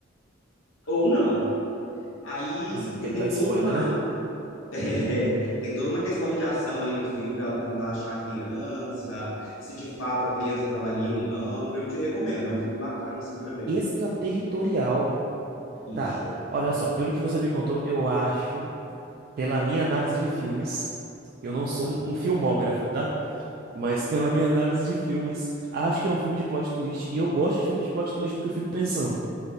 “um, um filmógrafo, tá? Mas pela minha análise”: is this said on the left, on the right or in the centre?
Right